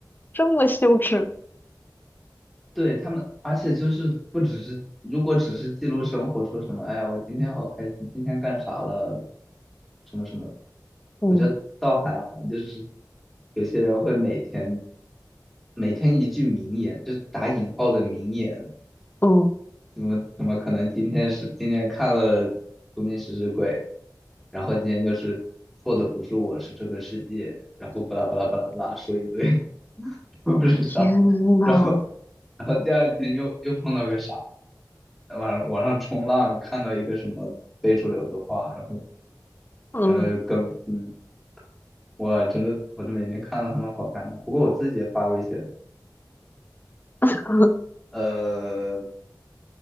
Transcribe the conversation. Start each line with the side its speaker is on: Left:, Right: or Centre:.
Left: 这么羞耻？
Centre: 对他们，而且就是不只是，如果只是记录生活，说什么，哎呀，我今天好开心，今天干啥了，什么什么，
Left: 嗯
Centre: 我觉得倒还好，就是有些人会每天每天一句名言，就是打引号的名言。
Left: 嗯。
Centre: 怎么怎么可能今天是今天看了《东京食尸鬼》，然后今天就是错的不是我，是这个世界，然后巴拉巴拉巴拉巴拉说一堆，<laughs> 我不是啥，
Left: 天呐，
Centre: 然后然后第二天又又碰到个啥，网网上冲浪看到一个什么非主流的话，然后
Left: 嗯
Centre: 呃更新，我真的我就每天看到他们好尴尬，不过我自己也发过一些，
Left: <laughs>
Centre: 呃